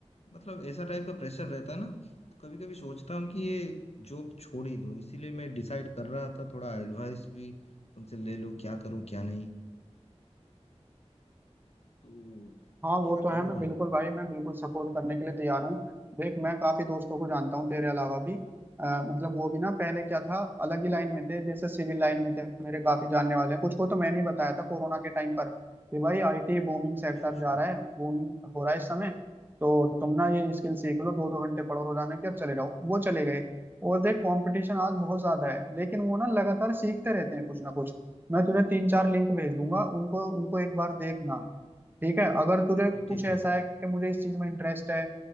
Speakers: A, on the left (about 65°); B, on the right (about 15°).
A: मतलब ऐसा टाइप का प्रेशर रहता है ना तो कभी कभी सोचता हूँ कि ये जॉब छोड़ ही दूँ इसीलिए मैं डिसाइड कर रहा था थोड़ा एडवाइस भी तुमसे ले लूँ क्या करूँ क्या नहीं तो
B: हाँ वो
A: क्या
B: तो
A: करूँ
B: है मैं
A: भाई
B: बिल्कुल भाई मैं बिल्कुल सपोर्ट करने के लिए तैयार हूँ देख मैं काफी दोस्तों को जानता हूँ तेरे अलावा भी अ, मतलब वो भी ना पहले क्या था अलग ही लाइन में थे जैसे सिविल लाइन में थे मेरे काफी जानने वाले हैं कुछ को तो मैंने ही बताया था कोरोना के टाइम पर कि भाई आईटी बूमिंग सेक्टर
A: अच्छा अच्छा
B: जा रहा है बूम हो रहा है इस समय तो तुम ना ये स्किल सीख लो दो दो घंटे पढ़ो रोजाना के और चले जाओ वो चले गए और देख कंपटीशन आज बहुत ज्यादा है लेकिन वो ना लगातार सीखते रहते हैं कुछ ना कुछ मैं तुझे तीन चार लिंक भेज दूंगा उनको उनको एक बार देखना ठीक है अगर तुझे
A: ठीक है
B: कुछ
A: ठीक
B: ऐसा
A: है
B: है कि मुझे इस चीज में इंटरेस्ट है